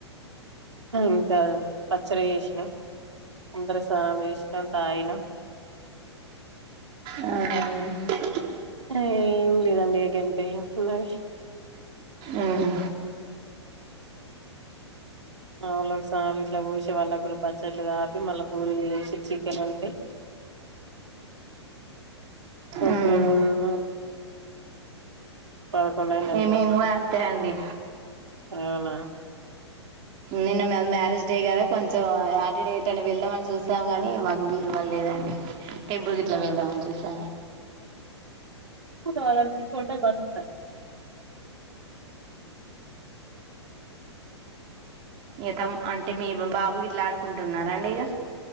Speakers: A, on the right (about 75°); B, on the right (about 35°).
A: ఇంకా పచ్చడి చేసాము అందర సదే ఇష్టం తాన
B: అవు
A: ఏం లేదండి అకంత ఉన్నవి
B: ఉమ్
A: ఆవుళకి సాలు ఇట్లా పోసి వాళ్ళ కూడా పచ్చట్లు ఆ పి మళ్ళా పూరీలు వేసి చికెన్ ఉండి
B: ఉమ్
A: ప పదకొండైయి
B: ఏ అంతే అండి
A: అవునా
B: నిన్న మ్యారేజ్ డే కద కొంచెం టని వెళ్దామని చూసాము గాని మాకు వీలువ లేదండి టేబుల్ గట్లా
A: ఆ
B: వెళ్దామని చేసా
A: వాళ ట వస్తస్త
B: ఈతం అంటే మీ బాబుకి ట్లాడుకుంటున్నారా అండి ఇగ